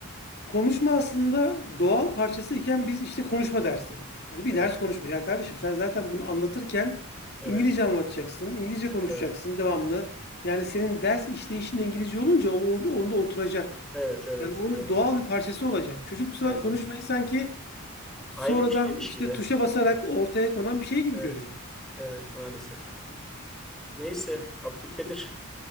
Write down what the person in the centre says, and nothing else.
Evet.
Evet.
Evet.
Evet, evet.
Doğru.
Aynen.
Ayrı bir şeymiş
gibi.
Evet.
Evet, maalesef. Neyse, Abdülkadir.